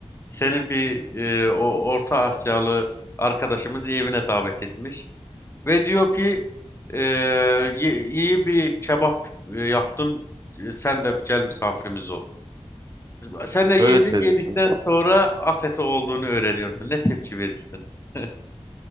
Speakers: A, on the left; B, on the right.
A: Seni bir e, o Orta Asyalı arkadaşımız evine davet etmiş ve diyor ki e, ye- iyi bir kebap e, yaptım. E, Sen de gel misafirimiz ol. E, Sen de yedin
B: Böyle söyleyeyim
A: yedikten
B: sana.
A: sonra at eti olduğunu öğreniyorsun. Ne tepki verirsin? <laughs>